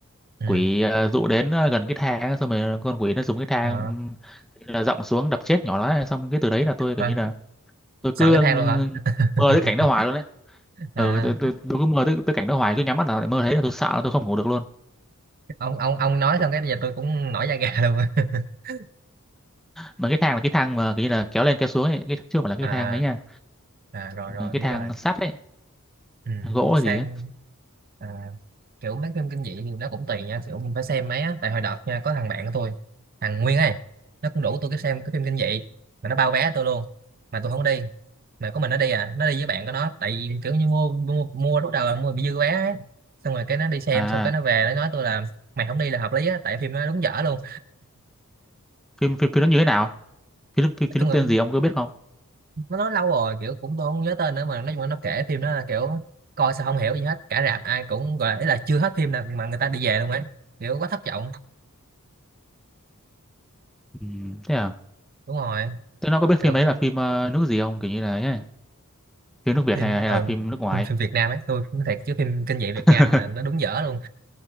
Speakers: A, on the right; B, in the centre.
A: ừ
B: quỷ ờ, dụ đến ờ, gần cái thang ấy, xong rồi con quỷ nó dùng cái thang
A: Ờ,
B: là dậm xuống đập chết nhỏ nó xong cái từ đấy là tôi kiểu
A: thôi
B: như là tôi
A: sợ
B: cứ
A: cái
B: ừ,
A: thang luôn hả
B: mơ tới
A: <laughs>
B: cảnh đó hoài luôn đấy
A: à,
B: ừ, tôi, tôi, tôi cứ mơ tới, tới cảnh đó hoài cứ nhắm mắt nào lại mơ thấy là tôi sợ là tôi không ngủ được luôn
A: ông ông ông nói xong cái bây giờ tôi cũng nổi da gà luôn <laughs>
B: mà cái thang là cái thang mà kiểu như là kéo lên kéo xuống ấy cái chứ không phải là cái
A: à
B: thang ấy nha
A: À, rồi rồi
B: Ừ, cái
A: biết
B: thang
A: rồi
B: sắt ấy
A: ừ.
B: gỗ hay
A: sang
B: gì ấy
A: à, kiểu mấy phim kinh dị thì nó cũng tùy nha kiểu mình phải xem mấy á tại hồi đợt nha có thằng bạn của tôi thằng Nguyên ấy nó cũng đủ tôi cái xem cái phim kinh dị mà nó bao vé tôi luôn mà tôi không đi mà có mình nó đi à nó đi với bạn của nó tại vì kiểu như mua mua, mua lúc đầu là mua bị dư vé ấy. xong rồi cái nó đi xem
B: à
A: xong cái nó về nó nói tôi là mày không đi là hợp lý á tại phim nó đúng dở luôn
B: phim phim phim nó như thế nào phim phim,
A: nói
B: phim
A: chung
B: nó
A: là
B: tên gì ông có biết không
A: nó nói lâu rồi kiểu cũng tôi không nhớ tên nữa mà nói chung là nó kể phim đó là kiểu coi sao không hiểu gì hết cả rạp ai cũng gọi là, ý là chưa hết phim nào mà người ta đi về luôn ấy kiểu quá thất vọng
B: ừ, thế à
A: đúng rồi
B: thế nó có biết
A: kiểu
B: phim đấy là phim ờ, nước gì không kiểu như là ấy, phim nước Việt
A: phim
B: hay, hay
A: ừ
B: là phim nước ngoài
A: phim, phim Việt Nam ấy tôi nói thiệt chứ phim kinh dị
B: <laughs>
A: Việt Nam là nó đúng dở luôn